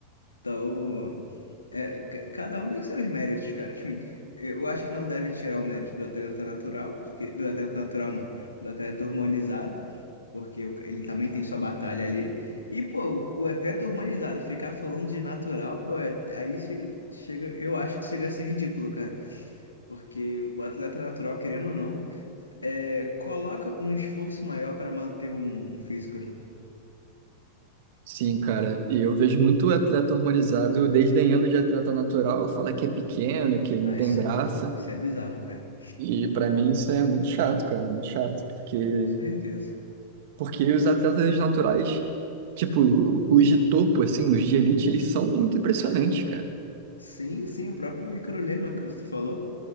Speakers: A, on the left; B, on the right.
A: Então. É, ca- cada um tem seus méritos, cara. Tipo, eu acho que não deve tirar o mérito do atleta natural, porque do atleta natural não, do atleta hormonizado, porque o ca- ele também tem sua batalha ali. E pô, o, o atleta hormonizado ficar falando de natural, pô, é- aí chega, chega, eu acho que chega a ser ridículo, cara, porque o atleta natural, querendo ou não, é, coloca um esforço maior para manter um um físico, né?
B: Sim, cara, e eu vejo muito atleta hormonizado desdenhando de atleta natural, fala que é pequeno, que não
A: Aí
B: tem
A: isso,
B: graça,
A: isso é bizarro, cara.
B: e pra mim isso é muito chato, cara, muito chato, porque,
A: Com certeza.
B: porque os atletas naturais, tipo, os de topo, assim, os de elite, eles são muito impressionantes, cara,
A: Sim, sim, o próprio Ícaro Lerman que você falou.